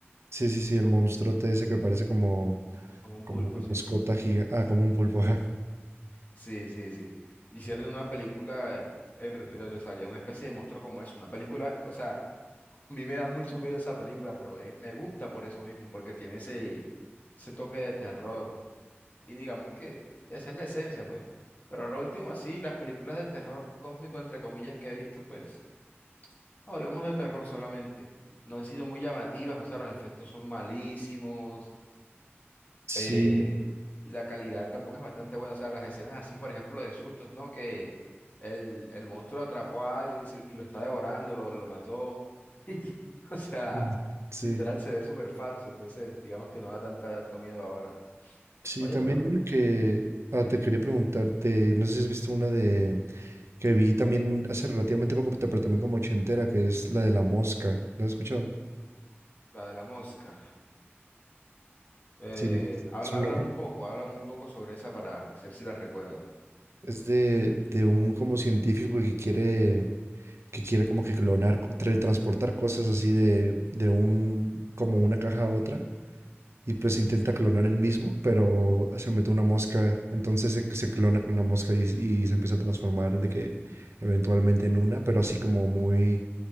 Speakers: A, on the right; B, on the left.
A: Sí, sí, sí, el monstruote ese que parece como,
B: Como un
A: como
B: pulpo,
A: una
B: sí.
A: mascota gigante. Ah, como un pulpo. <laughs> ajá.
B: Sí, sí, sí. Hicieron una película en re- donde salía una especie de monstruo como eso. Una película, o sea, a mí me da mucho miedo esa película, pero eh, me gusta por eso mismo, porque tiene ese ese toque de terror. Y digamos que esa es la esencia, pues. Pero ahora último, así, las películas de terror cósmico, entre comillas, que he visto, pues, o digamos de terror solamente, no han sido muy llamativas, o sea, los efectos son malísimos,
A: Sí,
B: eh, y la calidad tampoco es bastante buena, o sea, las escenas así, por ejemplo, de sustos, ¿no? Que el, el monstruo atrapó a alguien y, se- y lo está devorando, lo, lo mató, <laughs> o sea,
A: mm, sí.
B: literal se ve súper falso, entonces, digamos que no da tanta, tanto miedo ahora.
A: Sí,
B: Oye,
A: también
B: pero
A: una que ah, te quería preguntar de, no sé si has visto una de que vi también hace relativamente poco, pero también como ochentera, que es la de la mosca. ¿Lo has escuchado?
B: la de la mosca. Eh,
A: Sí, de-
B: hab-
A: es un
B: háblame
A: nombre.
B: un poco, háblame un poco sobre esa para ver si la recuerdo.
A: Es de, de un como científico que quiere, que quiere como que clonar, co- tra- transportar cosas así de, de un, como una caja a otra. Y pues intenta clonar él mismo, pero se mete una mosca, entonces se, se clona con la mosca y, y se empieza a transformar de que eventualmente en una, pero así como muy,